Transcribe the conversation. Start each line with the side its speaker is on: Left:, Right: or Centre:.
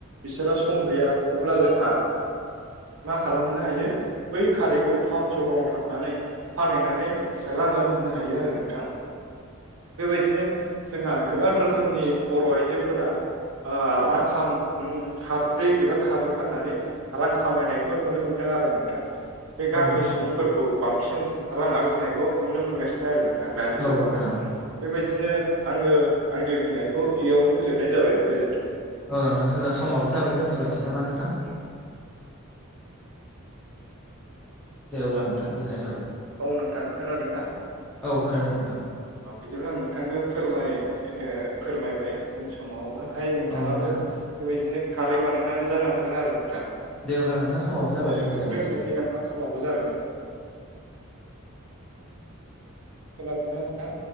Right: बिसोरहा सम गैया अब्ला जोंहा मा खालामनो हायो बै खारैखौ टाउन सहराव थांनानै - फानहैनानै रां आरजिनो हायो आरो नोंथां‌‌। बेबायदिनो जोंहा गोबां रोखोमनि बर' आइजोफोरा रां खाम खारदै एबा खारै फाननानै रां खामायनायखौ नुनो मोनदों आरो नोंथां। बे गामिनि
Centre: औ नोंथां
Right: सुबुंफोरखौ बांसिन रां आरजिनायखौ नुनो मोनगासिनो आरो नो थां
Centre: औ
Right: दानि जुगावहाय।
Centre: नोंथां
Right: बेबायदिनो आङो आंनि बुंनायखौ इयावनो फोजोबनाय जाबाय गोजोन्थों।
Centre: औ नोंथां जोंहा समाब जाय दोनथ'लायनोसै नामा नोंथां? दे अब्ला नोंथां गोजोननाय थाबाय।
Right: औ नोंथां खोनादों ना?
Centre: औ खोनादों नोंथां।
Right: अ बिदिब्लाब्ला आं नोंथांनो फोरमायनो फोरमायबाय। उन समावहाय नोंथाङाबो
Centre: औ नोंथां
Right: बेबायदिनो खारै बानायनानै जानो हागोन आरो नोंथां।
Centre: दे अब्ला नोंथां समाबो जाबाय
Right: औ
Centre: दोनथ'लायनोसै
Right: नोंथां दोननोसै नामा समाबो जाबायमोन। खोनादोंना नोंथां?